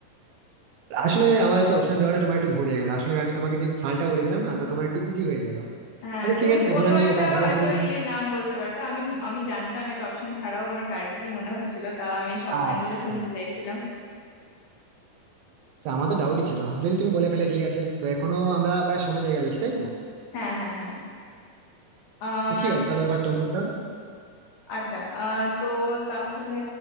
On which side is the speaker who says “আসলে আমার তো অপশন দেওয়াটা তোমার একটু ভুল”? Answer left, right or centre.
Right